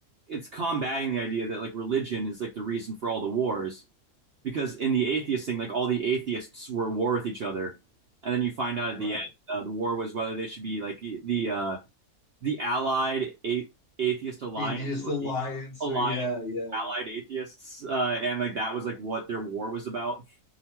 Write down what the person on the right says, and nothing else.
it's combating the idea that like religion is like the reason for all the wars because in the atheist thing like all the atheists were at war with each other and then you find out at
the end uh, the war was whether they should be like the uh the allied a- atheist alliance
or
the allied
allied atheists uh and like that was like what their war was about